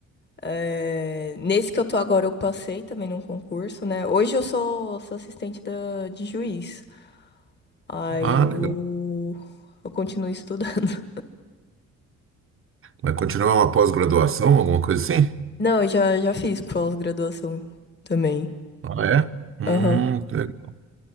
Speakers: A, on the left; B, on the right.
A: É, Nesse que eu tô agora, eu passei também num concurso, né? Hoje eu sou, sou assistente da... de juiz. Aí
B: Ah,
A: eu,
B: legal.
A: eu continuo estudando.
B: Vai continuar uma pós-graduação, alguma coisa assim?
A: <laughs> Não, eu já, já fiz pós-graduação também.
B: Ah, é? Hum,
A: Aham.
B: que legal.